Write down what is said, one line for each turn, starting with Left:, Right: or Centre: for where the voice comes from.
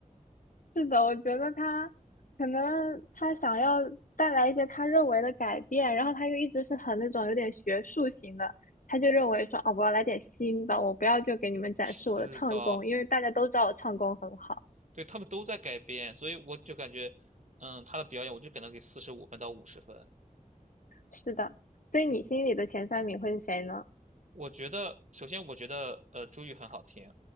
Left: 是的，我觉得他可能他想要带来一些他认为的改变，然后他又一直是很那种有点学术型的，他就认为说啊，我要来点新的，我不要就给你们展示我的唱功，
Right: <laughs> 是的，
Left: 因为大家都知道我唱功很好。
Right: 对他们都在改编，所以我就感觉，嗯，他的表演我就给他给四十五分到五十分，
Left: 是的，所以你心里的前三名会是谁呢？
Right: 嗯。我觉得，首先我觉得，呃，朱玉很好听，